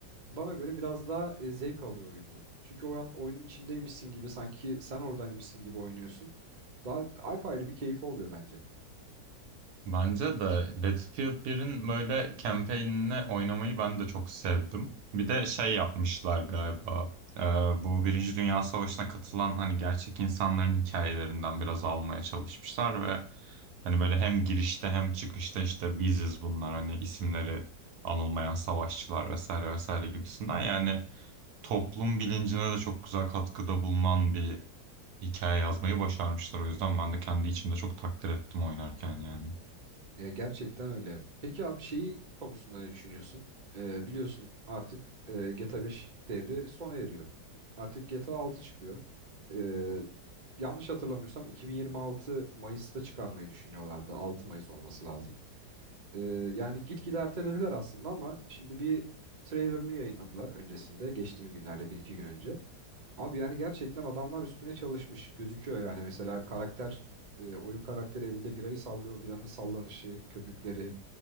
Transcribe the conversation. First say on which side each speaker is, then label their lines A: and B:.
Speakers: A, on the right (about 55°); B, on the right (about 70°).
A: Bana göre biraz daha e, zevk alıyor oyundan. Çünkü oyun, oyunun içindeymişsin gibi sanki sen oradaymışsın gibi oynuyorsun. Daha apayrı bir keyfi oluyor bence.
B: Bence de Battlefield birin böyle campaign'ine oynamayı ben de çok sevdim. Bir de şey yapmışlar galiba. e, bu Birinci Dünya Savaşı'na katılan hani gerçek insanların hikayelerinden biraz almaya çalışmışlar ve hani böyle hem girişte hem çıkışta işte biziz bunlar hani isimleri anılmayan savaşçılar vesaire vesaire gibisinden yani toplum bilincine de çok güzel katkıda bulunan bir hikaye yazmayı başarmışlar. O yüzden ben de kendi içimde çok takdir ettim oynarken yani.
A: Ya gerçekten öyle. Peki abi şeyi konusunda ne düşünüyorsun? Ee, biliyorsun artık e, GTA 5 devri sona eriyor. Artık GTA altı çıkıyor. Ee, yanlış hatırlamıyorsam 2026 Mayıs'ta çıkarmayı düşünüyorlardı. altı Mayıs olması lazım. Ee, yani gitgide ertelediler aslında ama şimdi bir trailerını yayınladılar öncesinde. Geçtiğimiz günlerde bir iki gün önce. Abi yani gerçekten adamlar üstüne çalışmış gözüküyor yani mesela karakter e, oyun karakteri elinde birayı sallıyor biranın sallanışı köpükleri